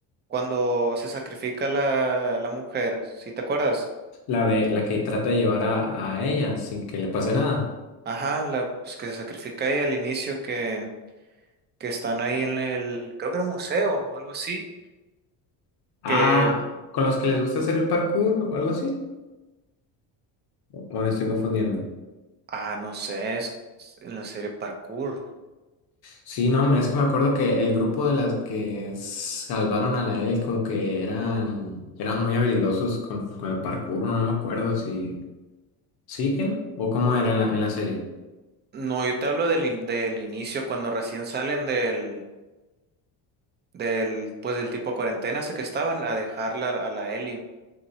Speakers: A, on the right; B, on the left.
A: cuando se sacrifica la, la mujer, ¿sí te acuerdas?
B: La de, la que trata de llevar a, a ella sin que le pase nada.
A: Ajá, la, pues que se sacrifica ahí al inicio que, que están ahí en el, creo que era un museo o algo así,
B: Ah,
A: que,
B: ¿con los que les gusta hacer el parkour o algo así? ¿O me estoy confundiendo?
A: ah, no sé, es es en la serie Parkour.
B: Sí, no, me- es que me acuerdo que el grupo de las que salvaron a la Ellie como que eran, eran muy habilidosos con, con el parkour, no me acuerdo si... ¿Sí que no? ¿O cómo era en la, en la serie?
A: No, yo te hablo del, in- del inicio, cuando recién salen del, del, pues del tipo cuarentena, ese que estaban a dejarla a la Ellie,